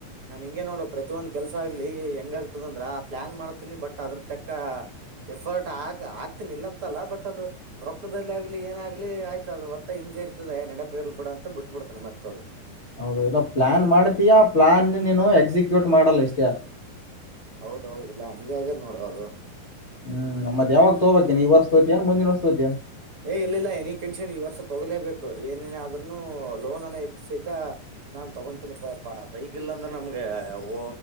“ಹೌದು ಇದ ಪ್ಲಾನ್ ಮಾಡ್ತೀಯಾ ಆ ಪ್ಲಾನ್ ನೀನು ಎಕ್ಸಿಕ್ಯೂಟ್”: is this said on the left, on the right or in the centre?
Left